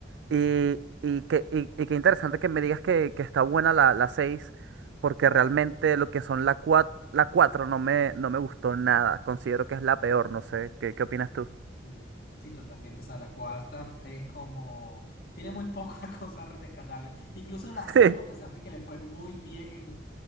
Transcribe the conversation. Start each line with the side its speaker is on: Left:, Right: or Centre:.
Right: Y, y, que y, y qué interesante que me digas que, que está buena la, la 6, porque realmente lo que son la cuatro la 4 no me, no me gustó nada. Considero que es la peor, no sé, ¿qué, qué opinas tú?
Left: Sí, sí, totalmente. O sea, la cuarta es como... Tiene muy pocas <laughs> cosas rescatables. Incluso
Right: <laughs>
Left: la cinco, a pesar de que le fue muy bien en,